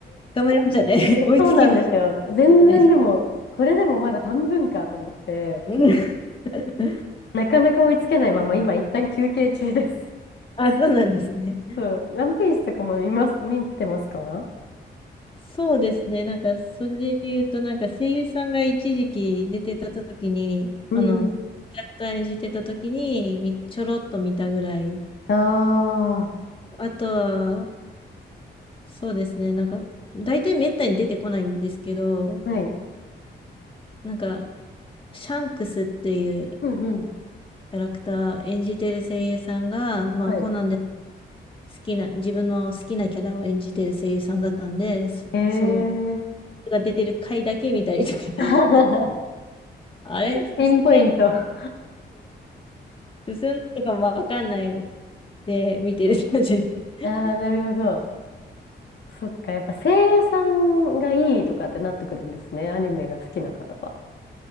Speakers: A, on the left; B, on the left.
A: 頑張りましたね。<laughs> 追いつきまし
B: そうなんですよ。全然でも、
A: たじゃないですか。
B: これでもまだ半分かと思って、
A: うん <laughs>
B: なかなか追いつけないまま今一旦休憩中です。
A: あ、そうなんですね。
B: うん。ワンピースとかも見ます、見てますか
A: そうですね。なんか、それで言うと、なんか声優さんが一時期出てた時に、
B: うんうん。
A: あの、キャラクター演じてた時に、みちょろっと見たぐらい。
B: あ
A: あとは、そうですね。なんか、大体めったに出てこないんですけど、
B: あ、はい。
A: なんか、シャンクスっていう
B: うんうん。
A: キャラクター演じてる声優さんが、まあ、
B: はい。
A: コナンで好きな、自分の好きなキャラを演じてる声優さんだったんで、そ、
B: ええ
A: その、が出てる回だけ見たりとか
B: ー、
A: <laughs>
B: <laughs>
A: あれ進んでない
B: ピンポイント。あ
A: <laughs> 進んでるかもわかんないで見てる感じですね。
B: あ、なるほど。そっか、やっぱ声優さんがいいとかってなってくるんですね。アニメが好きな方は。